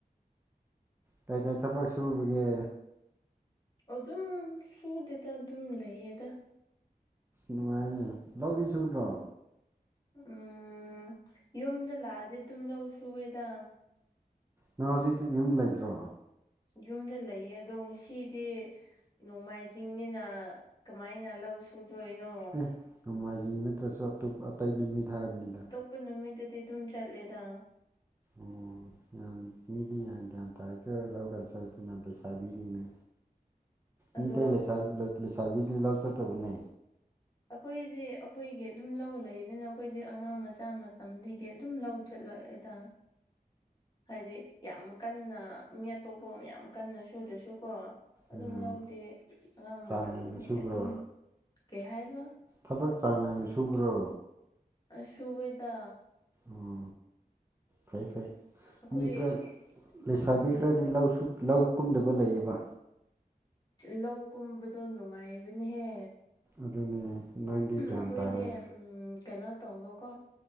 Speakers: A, on the right; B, on the left.
A: ꯀꯩ ꯀꯩ ꯊꯕꯛ ꯁꯨꯨꯔꯤꯒꯦ
B: ꯑꯗꯨꯝ ꯁꯨꯗꯦꯗ ꯑꯗꯨꯝ ꯂꯩꯌꯦꯗ
A: ꯅꯨꯡꯉꯥꯏꯅꯦ ꯂꯧꯗꯤ ꯁꯨꯗ꯭ꯔꯣ
B: ꯎꯝ ꯌꯨꯝꯗ ꯂꯥꯛꯑꯗꯤ ꯑꯗꯨꯝ ꯂꯧ ꯁꯨꯑꯦꯗ
A: ꯅꯪ ꯍꯧꯖꯤꯛ ꯌꯨꯝ ꯂꯩꯇ꯭ꯔꯣ
B: ꯌꯨꯝꯗ ꯂꯩꯌꯦ ꯑꯗꯣ ꯉꯁꯤꯗꯤ ꯅꯣꯡꯃꯥꯏꯖꯤꯡꯅꯤꯅ ꯀꯃꯥꯏꯅ ꯂꯧ ꯁꯨꯗꯣꯏꯅꯣ
A: ꯑꯦ ꯅꯣꯡꯃꯥꯏꯖꯤꯡ ꯅꯠꯇ꯭ꯔꯁꯨ ꯑꯇꯣꯞꯄ ꯑꯇꯩ ꯅꯨꯃꯤꯠ ꯊ ꯍꯥꯏꯕꯅꯤꯗ
B: ꯄꯨꯟ ꯅꯨꯃꯤꯠꯇꯗꯤ ꯑꯗꯨꯝ ꯆꯠꯂꯦꯗ
A: ꯎꯝ ꯌꯥꯝ ꯃꯤꯗꯤ ꯌꯥꯝ ꯒ꯭ꯌꯥꯟ ꯇꯥꯀꯣ ꯂꯧ ꯀꯥꯟꯁꯤꯂꯗꯅ ꯂꯩꯁꯥꯕꯤꯅꯤꯅꯦ
B: ꯑꯗꯣ
A: ꯃꯤꯇꯩ ꯂꯩꯁꯥꯕꯤ ꯂꯧ ꯆꯗꯕꯅꯦ
B: ꯑꯩꯈꯣꯏꯗꯤ ꯑꯩꯈꯣꯏꯒꯤ ꯑꯗꯨꯝ ꯂꯧ ꯂꯩꯕꯅ ꯑꯩꯈꯣꯏꯗꯤ ꯑꯉꯥꯡ ꯃꯆꯥ ꯃꯇꯝꯗꯒꯤ ꯑꯗꯨꯝ ꯂꯧ ꯆꯠꯂꯣꯗ ꯍꯥꯏꯗꯤ ꯌꯥꯝ ꯀꯟꯅ ꯃꯤ ꯑꯇꯣꯞꯄ ꯌꯥꯝ ꯀꯟꯅ ꯁꯨꯗ꯭ꯔꯁꯨꯀꯣ ꯑꯗꯨꯝ
A: ꯑꯣ
B: ꯂꯧꯗꯦ ꯑꯉꯥꯡ
A: ꯆꯥꯡ
B: ꯃꯇꯝꯗꯒꯤ
A: ꯅꯥꯏꯅ ꯁꯨꯕ꯭ꯔꯣ
B: ꯑꯗꯨꯝ ꯀꯩ ꯍꯥꯏꯕ
A: ꯊꯕꯛ ꯆꯥꯡꯅꯅꯤ ꯁꯨꯕ꯭ꯔꯣ
B: ꯁꯋꯦꯗ
A: ꯑꯣ ꯐꯩ ꯐꯩ
B: ꯑꯩꯈꯣꯏ
A: ꯃꯤꯈ꯭ꯔꯦ ꯂꯩꯁꯥꯕꯤꯈ꯭ꯔꯦ
B: ꯎꯝ
A: ꯍꯥꯏꯗꯤ ꯂꯧ ꯂꯧ ꯀꯨꯝꯗꯕ ꯂꯩꯌꯦꯕ
B: ꯂꯧ ꯀꯨꯝꯕꯗꯣ ꯅꯨꯡꯉꯥꯏꯕꯅꯦꯍꯦ
A: ꯑꯗꯨꯅꯦ ꯅꯪꯗꯤ ꯒ꯭ꯌꯥꯟ
B: ꯑꯩꯈꯣꯏꯗꯤ
A: ꯇꯥꯏꯅꯦ
B: ꯀꯩꯅꯣ ꯇꯧꯕꯀꯣ